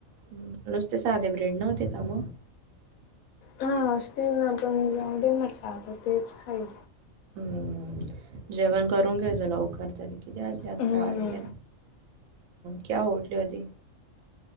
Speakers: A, on the right; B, on the left.
A: हं. नुसते साधे ब्रेड नव्हते का मग?
B: हा असतील ना. पण जाऊ दे म्हटलं आता तेच खाईल.
A: हं. जेवण करून घे जो लवकर. तरी किती वाजले? अकरा
B: हम्म
A: वाजले ना. केव्हा उठली होती?